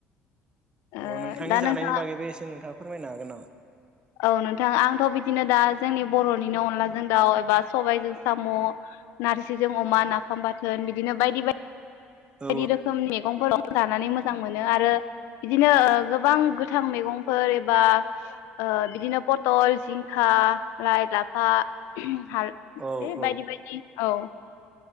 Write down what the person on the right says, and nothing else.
अ नोंथांनि
जानायनि
बागैबो एसे नोंथाङा फोरमायनो हागोन नामा?
औ
औ औ